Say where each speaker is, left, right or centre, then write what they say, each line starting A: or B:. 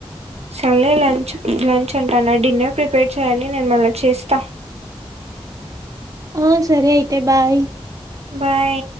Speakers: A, on the right; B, on the right.
A: సర్లే లంచ్ లంచ్ అంటన్న డిన్నర్ ప్రిపేర్ చేయ్యాలి నేను మళ్ళ చేస్త
B: ఏ సరే అయితే బాయ్
A: బాయి